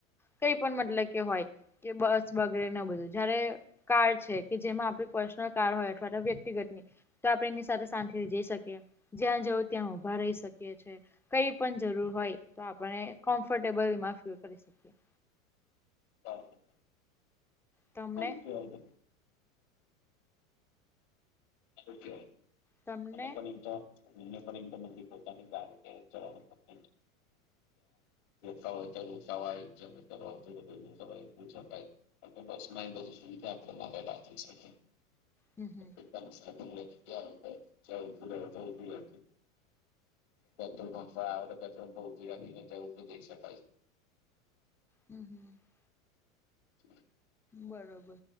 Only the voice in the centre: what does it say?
કઈ પણ મતલબ કે હોય. કે બસ વગેરે ન બધું જયારે કાર છે કે જેમાં આપણી પર્સનલ કાર હોય અથવા તો વ્યક્તિગતની તો આપડણે એમની સાથે શાંતિથી જઈ શકીએ જ્યાં જવું ત્યાં ઉભા રહી શકીએ છીએ. કઈ પણ જરૂર હોય તો આપણે કમ્ફર્ટેબલમાં ફીલ કરી શકીએ.
તમને
તમને
હમ હમ
હમ હમ
બરોબર